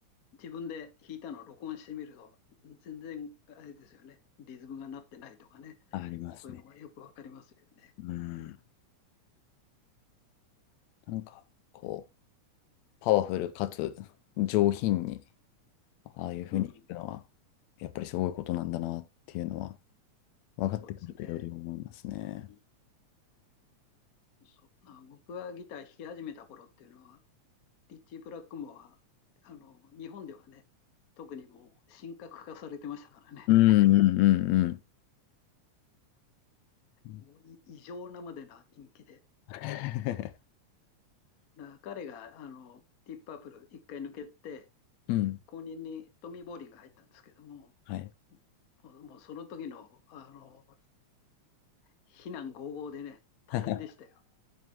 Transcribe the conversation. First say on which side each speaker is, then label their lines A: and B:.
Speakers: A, on the left; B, on the left.
A: 自分で弾いたのを録音してみると、全然あれですよね。リズムがなってないとかね。
B: ありますね。
A: そういうのがよくわかりますよね。
B: うん。なんか、こう、パワフルかつ上品に、ああいうふうに弾くのは、
A: うん。
B: やっぱりすごいことなんだなっていうのは、分かってくるとより思いますね。
A: そうですね。うん。そうまあ、僕はギター弾き始めた頃っていうのは、リッチー・ブラックモア、あの、日本ではね、特にもう神格化されてましたからね。
B: うんうんうんうん。
A: もうい異常なまでな人気で。
B: <laughs>
A: だから彼が、あの、ディープパープル一回抜けて、
B: うん。
A: 後任にトミー・ボーリンが入ったんですけども、
B: はい。
A: もうもうその時の、あの、非難轟々でね、大変でしたよ。
B: <laughs>